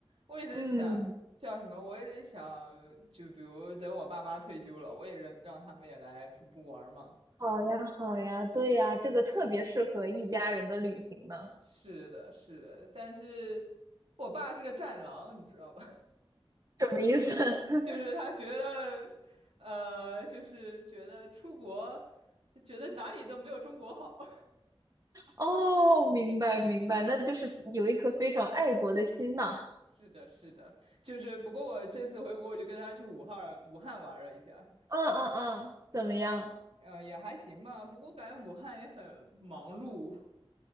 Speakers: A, on the right; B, on the right.
A: 我一直想叫什么？
B: 嗯，
A: 我一直想，就比如等我爸妈退休了，我也让让他们也来瀑布玩儿嘛。
B: 好呀，好呀，对呀，这个特别适合一家人的旅行呢。
A: 是的，是的，但是我爸是个战狼，你知道吧？
B: 什么意思？<laughs>
A: <laughs> 就是他觉得，呃，就是觉得出国，觉得哪里都没有中国好。<laughs>
B: 哦，明白明白，那就是有一颗非常爱国的心呐。
A: 是的，是的，就是不过我这次回国，我就跟他去武汉武汉玩了一下，
B: 嗯嗯嗯，怎么样？
A: 嗯、也还行吧。不过感觉武汉也很忙碌。